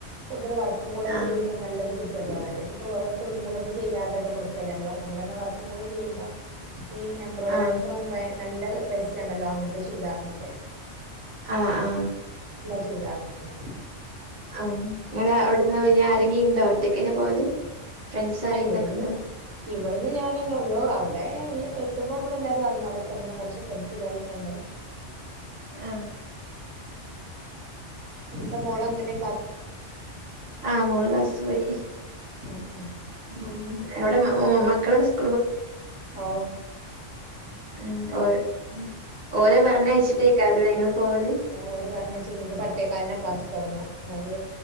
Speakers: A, on the right (about 80°); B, on the right (about 45°).
A: കൂടുതൽ വർക്കും കൂടെ
B: ആഹ്
A: ചെയ്യുമ്പോ നല്ലത് കിട്ടുഅല്ലോ അല്ലെങ്കിപ്പോ വെറും ഒരു തുണിമ്മുലോന്നും ചെയ്യാതട്ട് കൊടു ക്കല്ലെ മ്മൾ നമ്മളെന്നെ വർക്കും കൂടി ചെയ്യുമ്പോ ഈ എംബ്രോയ്ഡറി
B: ആഹ്
A: ഒക്കെ നല്ല പൈസണല്ലോ അങ്ങനത്തെ ചുരിദാർനോക്കെ
B: ആ ആ
A: ചുരിദാർ നോക്കെ
B: ആ ങ്ങളെ അവിടുന്ന് പിന്നെ ആരെങ്കിണ്ടോ ഒറ്റക്കെന്നെ പോവല് ഫ്രണ്ട്സ് ആരെങ്കിലൊക്കെ
A: ആ ഇവിടുന്ന്
B: ഉണ്ടോ
A: ഇവിടുന്ന് ഞനെന്നെ ഒള്ളു അവിടെ എല്ല എത്തുമ്പോമ്മളെല്ലാരും അറിയിലോരോക്കെ തന്നെയാണ് കുറച്ചോകടുത്തിലോലൊക്കണ്ട്
B: ആ
A: ഇനിപ്പോ മോളെങ്ങനെ
B: ആ മോള് ക്ലാസ് പോയി
A: ഉം ഉം
B: ഉം എവിടെ മക്കളൊക്കെ സ്
A: ഓ
B: ഉം ഓര് ഓലെ പറഞ്ഞയച്ചിട്ടേക്കാരല്ലേ നിങ്ങള് പോവല്
A: ഓലെ പറഞ്ഞയച്ചിട്ട് ഇൻക്ക് പത്തേക്കാലിനാ ക്ലാസ് തുടങ്ങാ അത്